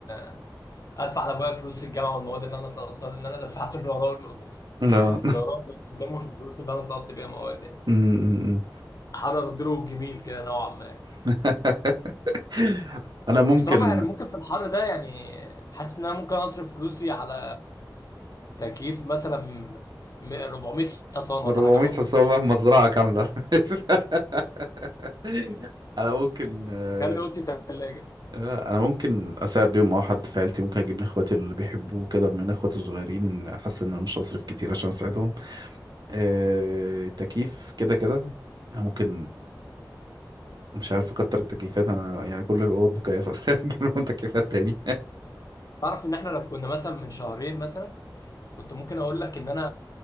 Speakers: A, on the left (about 50°); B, on the right (about 65°).
A: آه، ادفع لابويا فلوس الجامعه والمواد اللي انا سقطتها لان انا دفعت اللي وراه واللي قدام-
B: اه
A: اللي وراه واللي قدامه الفلوس اللي انا سقطت بيها مواد
B: <laughs>
A: يعني
B: أمم.
A: حر دروب جميل كده نوعا ما
B: <laughs> انا ممكن
A: وبصراحه يعني ممكن في الحر ده يعني حاسس ان انا ممكن اصرف فلوسي على تكييف مثلا م- 400 حصان ولا
B: 400
A: حاجه احطه
B: حصان
A: فوق
B: في مزرعة كاملة <laughs> انا ممكن آه،
A: خلي اوضتي ثلاجه
B: آه، انا ممكن اساعد بيهم او حد في عيلتي ممكن اجيب لاخواتي اللي بيحبوا كده من اخواتي الصغيرين حاسس ان انا مش هصرف كتير عشان اساعدهم أه... تكييف كده كده أنا ممكن مش عارف اكتر التكييفات انا يعني كل الاوض مكيفه <laughs> نجيب لهم تكييفات تاني
A: تعرف ان احنا لو كنا مثلا من شهرين مثلا كنت ممكن اقول لك ان انا